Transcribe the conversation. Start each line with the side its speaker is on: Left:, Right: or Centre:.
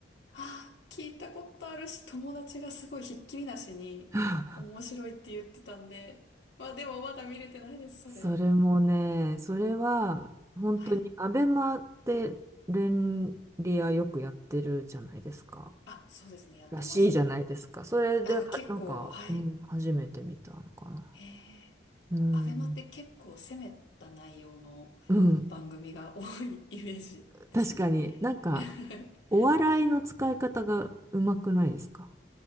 Left: ああ、聞いたことあるし、友達がすごいひっきりなしに面白いって言ってたんで。
Right: <laughs>
Left: まあでもまだ見れてないです、それ。
Right: それもね、それは、本当に、
Left: はい。
Right: アベマって連リアよくやってるじゃないですか。
Left: あ、そうですね、やってますね。
Right: らしいじゃないですか。それで、
Left: なんか結構、
Right: はなんか、
Left: はい。
Right: うん、初めて見たのかな。
Left: へえ。
Right: うん。
Left: アベマって結構攻めた内容の
Right: うん。
Left: 番組が多いイメージですね。
Right: 確かになんか、
Left: <laughs>
Right: お笑いの使い方がうまくないですか